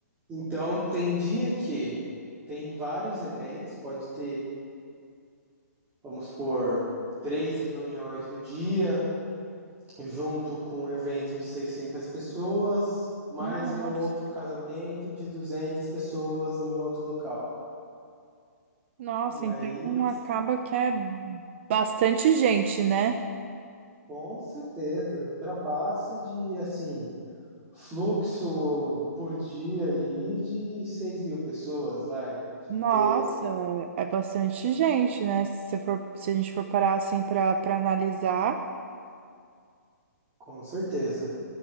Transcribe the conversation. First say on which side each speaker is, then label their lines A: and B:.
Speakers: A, on the right; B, on the right.
A: Então, tem dia que tem vários eventos, pode ter, vamos supor, três reuniões no dia, junto com um evento de 600 pessoas, mais
B: Nossa,
A: um outro casamento de 200 pessoas em outro local.
B: nossa,
A: E aí,
B: então
A: nossa,
B: acaba que é bastante gente, né?
A: Com certeza, ultrapassa de, assim, fluxo por dia ali de seis mil pessoas, vai, o dia
B: Nossa,
A: inteiro,
B: é bastante gente, né? Se você for, se a gente for parar assim para para analisar,
A: com certeza.